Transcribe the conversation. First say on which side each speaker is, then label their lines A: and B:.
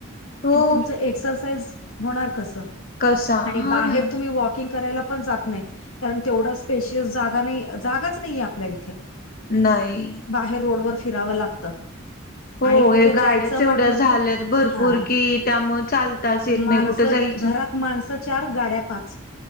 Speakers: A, on the left; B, on the left.
A: हो
B: मग तुमचं एक्सरसाइज होणार कसं?
A: कसा
B: आणि
A: हा
B: बाहेर
A: ना
B: तुम्ही वॉकिंग करायला पण जात नाही, कारण तेवढा स्पेशियस जागा नाही जागाच नाहीे आपल्या इथे.
A: नाही.
B: बाहेर रोडवर फिरावं लागतं.
A: हो
B: आणि कुठे
A: हे गाड्याच
B: जायचं
A: एवढ्या
B: म्हंटलं
A: झाल्यात
B: तरी,
A: भरपूर
B: हा
A: कि त्यामुळे चालताच येत
B: माणसं
A: नाही कुठं जायचं
B: घरात माणसं चार गाड्या पाच.